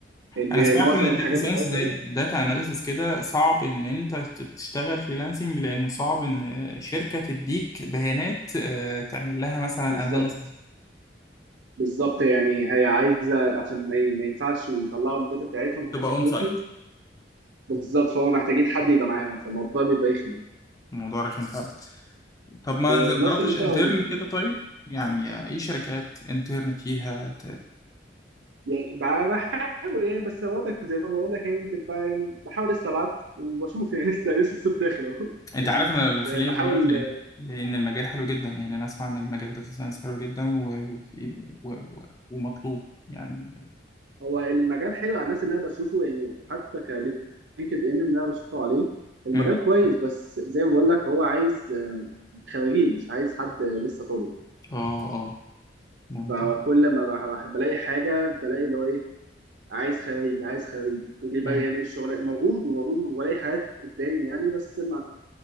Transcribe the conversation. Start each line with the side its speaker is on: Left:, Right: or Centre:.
Right: ان
Left: انا سمعت
Right: معظم
Left: ان الداتا
Right: الحاجات
Left: ساينس
Right: بتاعتها
Left: زي الداتا اناليسس كده صعب ان انت ت- تشتغل فريلانسنج لانه صعب ان شركة تديك بيانات آه، تعمل لها مثلا
Right: بالظبط
Left: اناليسس
Right: بالظبط يعني هي عايزه عشان ما ي- ما ينفعش يطلعوا الداتا بتاعتهم كسكيورتي
Left: تبقى اون سايت
Right: بالظبط فهو محتاجين حد يبقى معاهم فالموضوع بيبقى يخنق
Left: الموضوع رخم فعلا طب ما
Right: ب-
Left: انزل- ما
Right: بلس
Left: جربتش
Right: ان انت
Left: انترن
Right: لو
Left: كده طيب يعني آه، اي شركات انترن فيها
Right: يعني ب- بحاول يعني بس برضك زي ما بقول لك يعني بتبقى يعني بحاول لسه ابعت وبشوف يعني <laughs> لسه لسه الصيف داخل اهو
Left: انت عارف انا اللي خليني
Right: يعني بحاول
Left: بكلمك ليه لان المجال حلو جدا يعني انا اسمع ان المجال داتا ساينس حلو جدا و... وفي- و... و... ومطلوب يعني
Right: هو المجال حلو على الناس اللي انا بشوفه يعني حتى كلينكد ان اللي انا بشوفه عليه المجال
Left: مم.
Right: كويس بس زي ما بقول لك هو عايز آه، خريجين مش عايز حد لسه طالب
Left: اه اه ممكن
Right: فكل ما بح- بح- بلاقي حاجه بلاقي اللي هو ايه عايز خريج عايز خريج وبيبقى
Left: مم.
Right: يعني الشغل موجود وموجود وبلاقي حاجات قدامي يعني بس